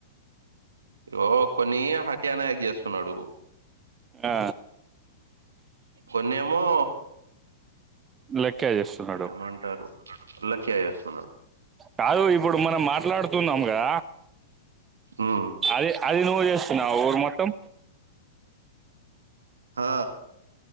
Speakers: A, on the right (about 85°); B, on the right (about 20°).
A: యో కొన్ని హత్యనాయక్ చేస్తున్నాడు
B: ఆ
A: మొన్నేమో
B: లెక్క చేస్తున్నాడు
A: ఎమాంటారు <unintelligible>
B: కాదు ఇపుడ్ మనం మాట్లాడుతున్నాం గా
A: ఉమ్,
B: అది అది నువ్ చేస్తున్నావా ఊరు మొత్తం
A: ఆ